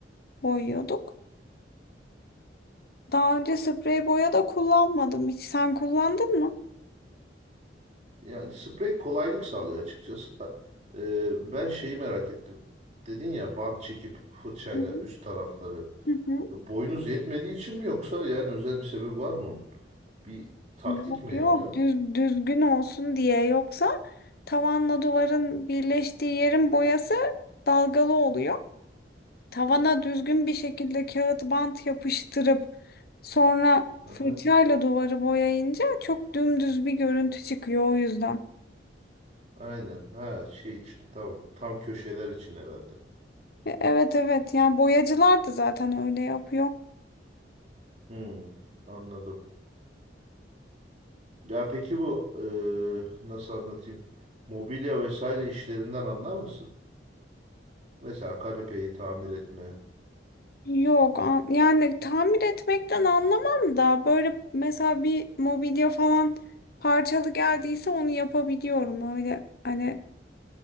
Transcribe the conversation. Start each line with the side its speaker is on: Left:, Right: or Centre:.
Left: boyuyorduk. Daha önce sprey boya da kullanmadım hiç. Sen kullandın mı?
Right: Yani sprey kolaylık sağlıyor açıkçası da. E, ben şeyi merak ettim. Dedin ya bant çekip fırçayla
Left: Hı
Right: üst tarafları.
Left: hı.
Right: E, Boyunuz yetmediği için mi yoksa yani özel bir sebebi var mı onun? Bir taktik
Left: Yok
Right: mi
Left: yok
Right: yani o?
Left: düz, düzgün olsun diye yoksa tavanla duvarın birleştiği yerin boyası dalgalı oluyor. Tavana düzgün bir şekilde kağıt bant yapıştırıp sonra
Right: Aha,
Left: fırçayla duvarı boyayınca çok dümdüz bir görüntü çıkıyor o yüzden.
Right: aynen. Ha şey için tamam. Tam köşeler için herhalde.
Left: E, Evet evet yani boyacılar da zaten öyle yapıyor.
Right: Hmm, anladım. Ya peki bu e, nasıl anlatayım? Mobilya vesaire işlerinden anlar mısın? Mesela kanepeyi tamir etme.
Left: Yok an- yani tamir etmekten anlamam da böyle mesela bir mobilya falan parçalı geldiyse onu yapabiliyorum öyle hani